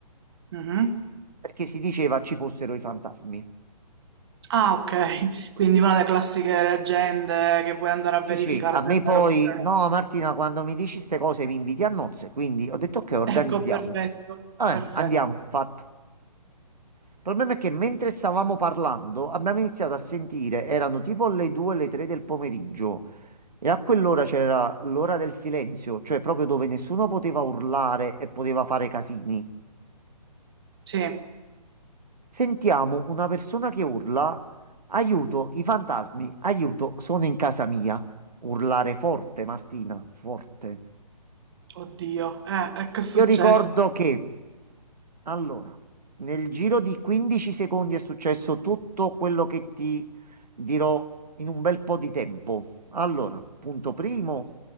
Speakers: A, on the right; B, on the right.
A: Mhm.
B: perché si diceva ci fossero i fantasmi.
A: Ah, ok, <laughs> quindi una delle classiche leggende che vuoi andare a
B: Sì,
A: verificare
B: sì, a me
A: se è
B: poi,
A: vero oppure no.
B: no, Martina, quando mi dici queste cose mi inviti a nozze, quindi ho detto ok, organizziamo.
A: Ecco, perfetto,
B: Vabbè,
A: perfetto.
B: andiamo, fatto. Il problema è che mentre stavamo parlando abbiamo iniziato a sentire, erano tipo le 2, le 3 del pomeriggio e a quell'ora c'era l'ora del silenzio, cioè proprio dove nessuno poteva urlare e poteva fare casini.
A: Sì,
B: Sentiamo una persona che urla, aiuto, i fantasmi, aiuto, sono in casa mia. Urlare forte, Martina, forte.
A: oddio, eh, e che è successo?
B: Io ricordo che Allora, nel giro di 15 secondi è successo tutto quello che ti dirò in un bel po' di tempo. Allora, punto primo,